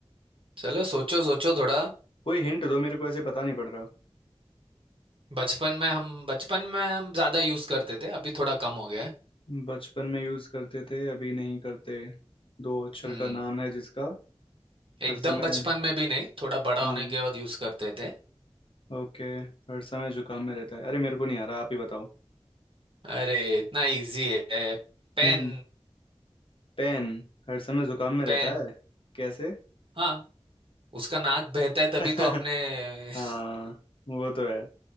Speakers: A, on the right (about 55°); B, on the left (about 60°).
A: चलो सोचो सोचो थोड़ा
B: कोई हिंट दो मेरे को ऐसे पता नहीं पड़ रहा
A: बचपन में हम बचपन में हम ज्यादा यूज करते थे अभी थोड़ा कम हो गया है
B: बचपन में यूज करते थे अभी नहीं करते दो अक्षर
A: हम्म
B: का नाम है जिसका
A: एकदम
B: हर समय
A: बचपन में भी नहीं थोड़ा बड़ा
B: हाँ
A: होने के बाद यूज करते थे
B: ओके हर समय जुकाम में रहता है अरे मेरे को नहीं आ रहा आप ही बताओ
A: अरे इतना इजी है पेन
B: हम्म पेन हर समय जुकाम में
A: पेन
B: रहता है कैसे
A: हाँ उसका नाक बहता है तभी
B: <laughs>
A: तो अपने <laughs>
B: हाँ वो तो है